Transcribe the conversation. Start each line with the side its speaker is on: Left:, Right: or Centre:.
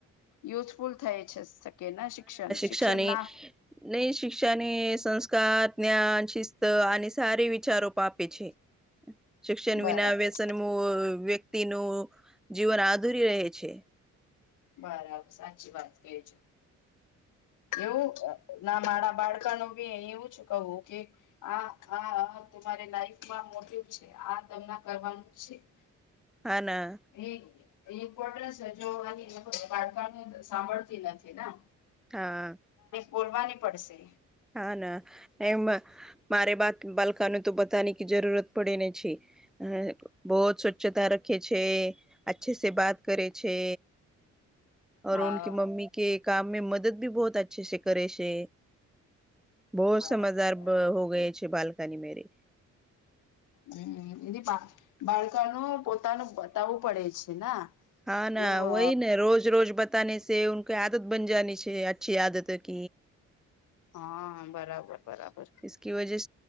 Left: યુઝફુલ થાય છે. કે ના શિક્ષણ શિક્ષણ
Centre: ક્ષાની
Left: ના
Centre: નઈ શિક્ષાને સંસ્કાર જ્ઞાન શિસ્ત આની સારી વિચારો પાપે છે.
Left: <inaudible>
Centre: શિક્ષણ
Left: બરાબર
Centre: વિના વ્યસનમુઅ વ્યક્તિનું જીવન આધુરી રહે છે.
Left: બરાબર સાચી વાત કજ એવું ના મારા બાડકા નું ભી એવું જ કહું કે આ આ તમારે લાઈફમાં મોટ છે, આ તમને કરવાનું છે. <inaudible>
Centre: હના
Left: એ ઇમ્પોટન્સ જોવાની બાળકાને સાંભળતી નથીના
Centre: હા
Left: બોલવાની પડશે
Centre: હા ના એમ મારે બાત બાલકાને તો બતાની કે જરૂરત પડે ને છે. હ બહુ જ સ્વચ્છતા રાખે છે. અચ્છે સ બાત કરે છે. ઓકે
Left: હા
Centre: મમ્મી કે કામ મે મદદ ભી બહુત અચ્છે છે, કરે છે. બહુ
Left: બરાબર
Centre: સમજદાર
Left: બરાબર.
Centre: હો ગય છે, બકની મેરે
Left: હમ દ પા બાળકાનું પોતાનું બતાવવું પડે છે.
Centre: હા ના
Left: એવું
Centre: વહી ને રોજ રોજ બ બતાને છેકે આદત બન જની છે, અચ્છી આદત ક
Left: હા બરાબર બરાબર
Centre: એકી વજહ